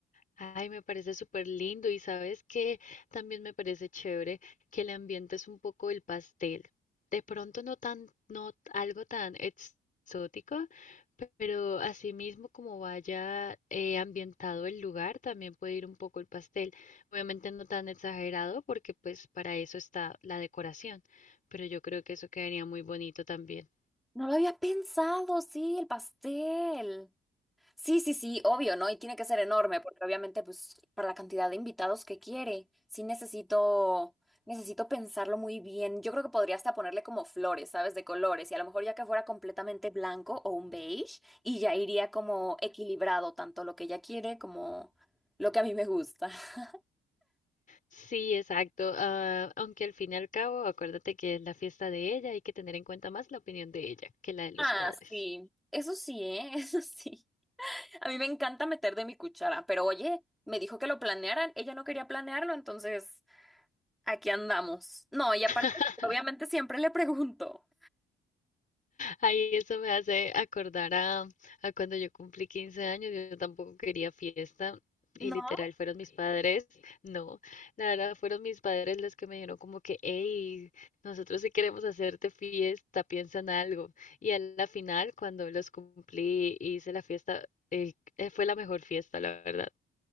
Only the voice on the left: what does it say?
Ay, me parece súper lindo y sabes que también me parece chévere que el ambiente es un poco el pastel. De pronto no tan, no t- algo tan exótico, pero asimismo como vaya eh, ambientado el lugar, también puede ir un poco el pastel. Obviamente no tan exagerado porque pues para eso está la decoración, pero yo creo que eso quedaría muy bonito también.
Sí, exacto. ah, aunque al fin y al cabo, acuérdate que es la fiesta de ella, hay que tener en cuenta más la opinión de ella que la de los
padres.
<laughs>
Ahí eso me hace acordar a, a cuando yo cumplí 15 años, yo tampoco quería fiesta y
literal fueron mis padres, no, la verdad fueron mis padres los que me dijeron como que, hey, nosotros sí queremos hacerte fiesta, piensa en algo. Y a la final, cuando los cumplí, y hice la fiesta, eh, eh, fue la mejor fiesta, la verdad.